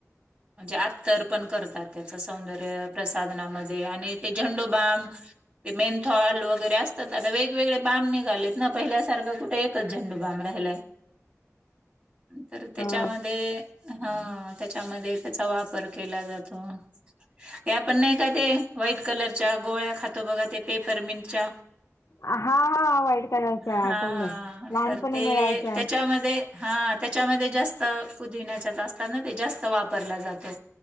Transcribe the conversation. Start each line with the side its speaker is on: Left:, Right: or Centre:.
Right: म्हणजे आत्तर् पण करतात त्याच सौंदर्य प्रसाधनामध्ये आणि ते झंडोबाम ते मेंथल वगैरे असतात आता वेगवेगळे बाम निघालेत ना पहिल्यासारखं कुठे एक कच झंडुबाम राहिलाय. तर त्याच्यामध्ये
Left: हो.
Right: हा त्याच्यामध्ये त्याचा वापर केला जातो. ते आपण नाही का ते व्हाईट कलरच्या गोळ्या खातो बघा ते पेपरमंटच्या.
Left: हा हा व्हाईट कलरच्या
Right: हा
Left: आठवलं. लहानपणी
Right: तर ते
Left: मिळायच्या.
Right: त्याच्यामध्ये. हा त्याच्यामध्ये जास्त पुदिण्या्याच्याच असतात ना ते जास्त वापरला जातो.